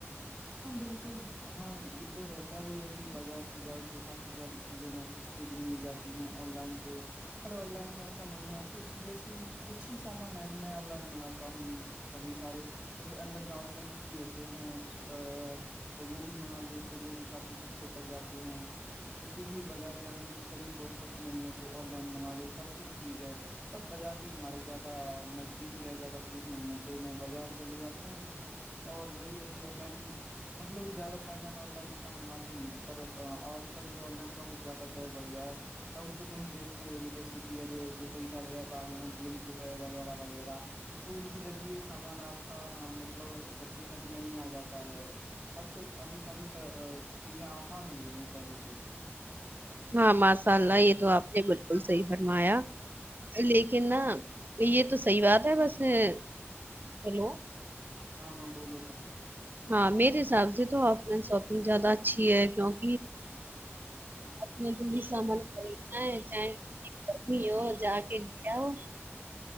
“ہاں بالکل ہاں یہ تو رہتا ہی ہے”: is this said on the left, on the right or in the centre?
Right